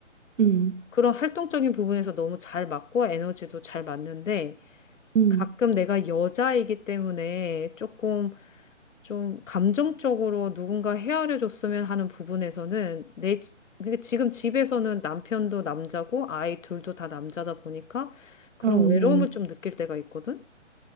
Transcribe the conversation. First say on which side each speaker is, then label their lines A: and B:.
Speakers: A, on the right; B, on the left.
A: 음,
B: 그런 활동적인 부분에서 너무 잘 맞고 에너지도 잘 맞는데
A: 음.
B: 가끔 내가 여자이기 때문에 조금 좀 감정적으로 누군가 헤아려 줬으면 하는 부분에서는 내 지- 그러니까 지금 집에서는 남편도 남자고 아이 둘도 다 남자다 보니까 그런
A: 그렇네.
B: 외로움을 좀 느낄 때가 있거든.